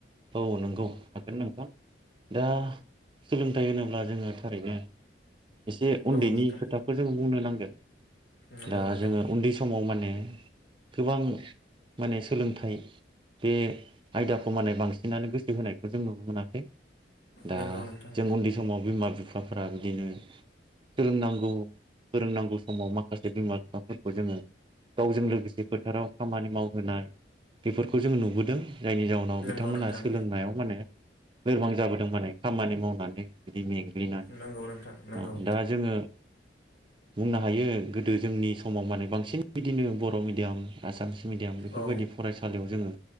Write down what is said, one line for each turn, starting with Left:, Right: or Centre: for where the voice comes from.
Right: औ नंगौ हागोन नों थां दा सोलोंथाइ होनोब्ला जोङो थारैनो एसे उन्दैनि
Left: औ नोंथां
Right: खोथाखौ जों बुंनो नांगोन
Left: नंगौ
Right: दा
Left: नोंथां
Right: जोङो उन्दै सम समाव माने गोबां माने सोलोंथाइ बे आयदाखौ माने बांसिनानो गोसो होनायखौ जों नुनो मोनाखै दा
Left: नंगौ नोंथां
Right: जों उन्दै सम समाव बिमा बिफाफोरा बिदिनो फोरोंनांगौ फोरोंनांगौ समाव माखासे बिमा बिफाफोरखौ जोङो गावजों लोगोसे फोथाराव खामानि मावहोनाय बेफोरखौ जों नुबोदों जायनि जाउनाव
Left: नंगौ
Right: बिथांमोनहा
Left: नोंथां
Right: सोलोंनायाव माने लोरबां जाबोदों माने खामानि मावनानै बिदि मेंग्लिनानै
Left: नंगौ नोंथां नंगौ
Right: अ दा जोङो बुंनो हायो गोदो जोंनि समाव माने बांसिन बिदिनो बर मिडियाम आसामिस मिडियाम बेफोरबायदि
Left: औ
Right: फरायसालियाव जोङो